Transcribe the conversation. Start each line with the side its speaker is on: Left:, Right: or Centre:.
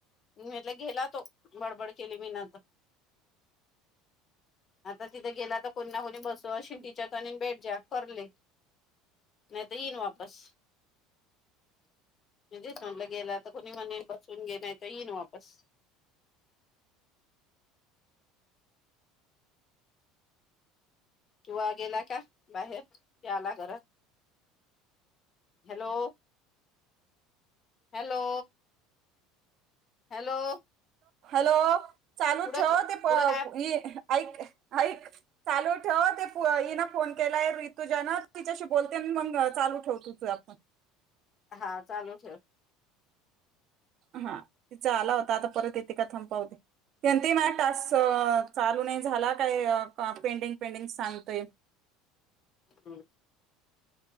Left: म्हटलं गेला तो बडबड केली मी नाता आता तिथे गेला तर कोणी ना कोणी बस अशी टीचरचानी बेट ज्या करले. नाही तर येईन वापस. म्हणजेच म्हटलं गेला तर कोणी म्ह बसून घे नाही तर येईन वापस. किंवा गेला का बाहेर. की आला घरात. हॅलो हॅलो हॅलो
Right: हॅलो चालू
Left: कुठं
Right: ठेव ते पप
Left: कुठं काय
Right: इ ऐक ऐक चालू ठेव ते हिन फोन केलाय रितुजा न तिच्याशी बोलते मग चालू ठेव तुझ आपण.
Left: हा चालू ठेव.
Right: हा तिचा आला होता आता परत येते का थांब पाहुदे. ती म्हणती माझा टास्क चालू नाही झाला काय पेंडिंग पेंडिंग सांगतय.
Left: हम्म.